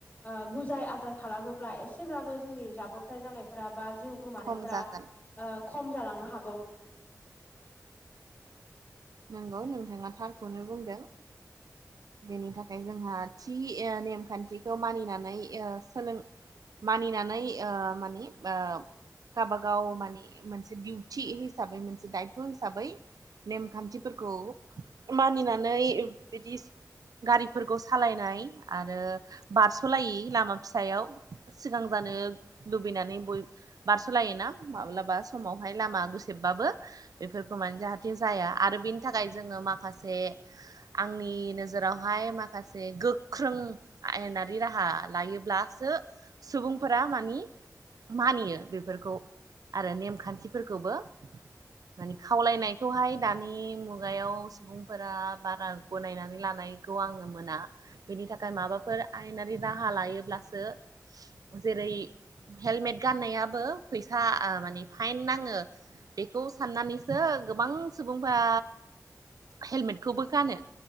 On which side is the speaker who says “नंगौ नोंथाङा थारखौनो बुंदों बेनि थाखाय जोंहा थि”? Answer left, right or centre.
Right